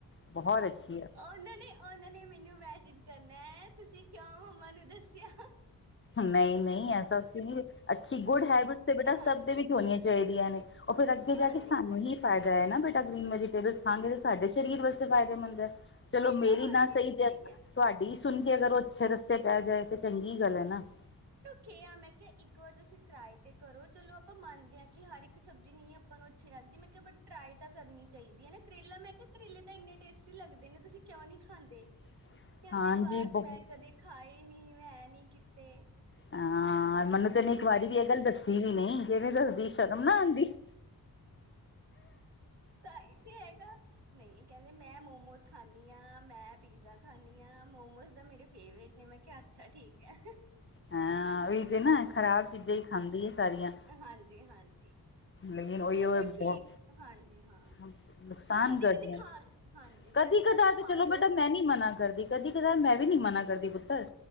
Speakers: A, on the left; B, on the right.
A: ਬਹੁਤ ਅੱਛੀ ਐ।
B: ਉਹਨਾਂ ਨੇ ਉਹਨਾਂ ਨੇ ਮੈਨੂੰ ਮੈਸੇਜ ਕਰਨਾ ਤੁਸੀਂ ਕਿਉਂ ਮੰਮਾ ਨੂੰ ਦੱਸਿਆ।
A: ਨਈ ਨਈ ਐਸਾ। ਅੱਛੀ ਗੁੱਡ ਹੈਬਿਟਸ ਤੇ ਬੇਟਾ ਸਭ
B: ਹਾਂਜੀ
A: ਦੇ ਵਿੱਚ ਹੋਣੀਆਂ ਚਾਹੀਦੀਆਂ ਨੇ ਓ ਫਿਰ ਅੱਗੇ ਜਾ
B: ਹਾਂਜੀ
A: ਕੇ ਸਾਨੂੰ
B: ਹਾਂਜੀ
A: ਹੀ ਫਾਇਦਾ। ਨਾ ਬੇਟਾ ਗ੍ਰੀਨ ਵੈਜੀਟੇਬਲ ਖਾਣਗੇ ਤੇ ਸਾਡੇ ਸਰੀਰ ਵਾਸਤੇ ਫ਼ਾਇਦੇਮੰਦ ਐ। ਚਲੋ
B: ਇਹ
A: ਮੇਰੀ
B: ਤਾਂ ਹਾਂਜੀ
A: ਨਾ
B: ਇਹ
A: ਸਹੀ
B: ਤਾਂ
A: ਤੇ
B: ਹੈ
A: ਤੁਹਾਡੀ ਸੁਣ ਕੇ ਅਗਰ ਓ ਅੱਛੇ ਰਸਤੇ ਪੈ ਜਾਏ ਤਾਂ ਚੰਗੀ ਗੱਲ ਐ ਨਾ। <inaudible>
B: ਕਿਆ ਮੈਂ ਕਿਆ ਇੱਕ ਵਾਰ ਤੁਸੀਂ ਟਰਾਈ ਤੇ ਕਰੋ ਚਲੋ ਆਪਾਂ ਮੰਨਦੇ ਆ ਕਿ ਹਰ ਇੱਕ ਸਬਜ਼ੀ ਨਈ ਆਪਾਂ ਨੂੰ, ਆਪਾਂ ਨੂੰ ਅੱਛੀ ਲੱਗਦੀ ਮੈਂ ਕਿਹਾ ਟਰਾਈ ਤਾਂ ਕਰਨੀ ਚਾਹੀਦੀ ਐ ਨਾ ਕਰੇਲਾ ਮੈਂ ਕਿਹਾ ਕਰੇਲੇ ਤਾਂ ਇੰਨੇ ਟੇਸਟੀ ਲੱਗਦੇ ਨੇ ਤੁਸੀਂ ਕਿਉਂ ਨੀ ਖਾਂਦੇ।
A: <inaudible>
B: ਕਹਿੰਦੇ ਬਸ
A: ਬਹੁਤ
B: ਮੈਂ ਕਦੇ ਖਾਏ ਨੀ ਮੈਂ ਐ ਨੀ ਕੀਤੇ।
A: ਹਾਂ, ਮੈਨੂੰ ਤੈ ਏਨੇ ਇੱਕ ਵਾਰੀ ਵੀ ਇਹ ਗੱਲ ਦੱਸੀ ਵੀ ਨੀ ਕਿਵੇਂ ਦੱਸਦੀ ਸ਼ਰਮ ਨਾ ਆਂਦੀ। <inaudible>
B: ਤਾਂਈ ਤੇ ਹੈਗਾ। ਨਈ ਕੈਂਦੇ ਮੈਂ ਮੋਮੋਸ ਖਾਨੀ ਆਂ, ਮੈਂ ਪੀਜ਼ਾ ਖਾਨੀ ਆਂ, ਮੋਮੋਜ਼ ਤਾ ਮੇਰੇ ਫੇਵਰੇਟ ਨੇ ਮੈਂ ਕੇਆ ਅੱਛਾ ਠੀਕ ਐ।
A: ਹਾਂ ਓਈ ਤੇ ਨਾ ਖਰਾਬ ਚੀਜ਼ਾਂ ਈ ਖਾਂਦੀ ਏ ਸਾਰੀਆਂ।
B: ਹਾਂਜੀ ਹਾਂਜੀ
A: ਲੇਕਿਨ ਓਈਓ
B: ਨਹੀਂ ਬਟ
A: ਏ
B: ਠੀਕ
A: ਬੋਤ
B: ਹਾਂਜੀ ਹਾਂ
A: ਨੁਕਸਾਨ
B: ਪਰ ਕਦੀ
A: ਕਰਦੀਆਂ।
B: ਕਦੀ ਖਾ ਹਾਂਜੀ
A: ਕਦੀ ਕਦਾਰ ਤੇ
B: ਖਾ
A: ਚਲੋ
B: ਲੋ
A: ਬੇਟਾ ਮੈਂਨੀ। ਮਨਾ ਕਰਦੀ ਕਦੀ ਕਦਾਰ ਮੈਂ ਵੀ ਨੀ ਮਨਾ ਕਰਦੀ ਪੁੱਤਰ